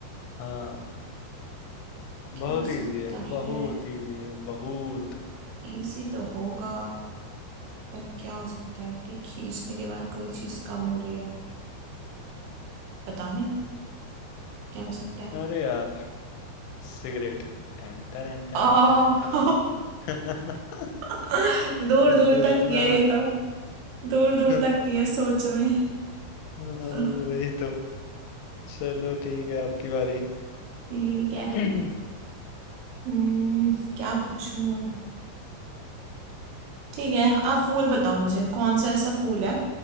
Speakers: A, on the left (about 80°); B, on the right (about 75°).
A: हाँ
B: क्या
A: बहुत
B: हो
A: इजी
B: सकता
A: है
B: है
A: बहुत इजी है बहुत
B: इजी तो होगा फिर क्या हो सकता है कि खींचने के बाद कोई चीज कम हो रही है पता नहीं क्या हो सकता है
A: अरे यार सिगरेट टन टन टन
B: आ
A: टन टन <laughs>
B: <laughs> दूर
A: सिगरेट
B: दूर तक
A: को जितना
B: दिया ये तो दूर दूर
A: हाँ,
B: तक दिया सोच में
A: वही
B: <laughs>
A: तो चलो ठीक है आपकी बारी
B: ठीक है
A: <clears throat> हम्म
B: हम्म क्या पूछूं ठीक है आप फूल बताओ मुझे कौन सा ऐसा फूल है